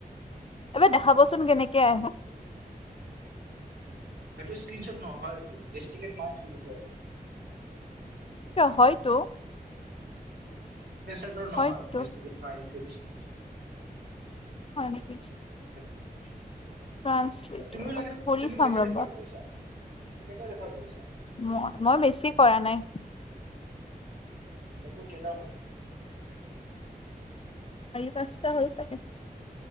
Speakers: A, on the left; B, on the right.
A: এবাৰ দেখাবচোন কেনেকে আহে
B: সেইটো স্ক্ৰিনচট নহয় এইটো ৰেস্টিগেঠ মাৰি থৈ দিছে
A: কিয় হয়তো
B: আৰু নহয়
A: হয়তো
B: ৰেস্টিগেট মাৰি থৈ দিছে
A: হয় নেকি
B: <unintelligible>
A: ট্ৰানসলেটৰ
B: তুমিও লাগিলে
A: কৰি
B: তুমি
A: চাম
B: কেইটা
A: ৰবা
B: ৰেফাৰ কৰিছা তুমি কেইটা ৰেফাৰ কৰিছা
A: ম মই বেছি কৰা নাই
B: ফতো কেটা হল
A: পাচঁটা হৈ চাগে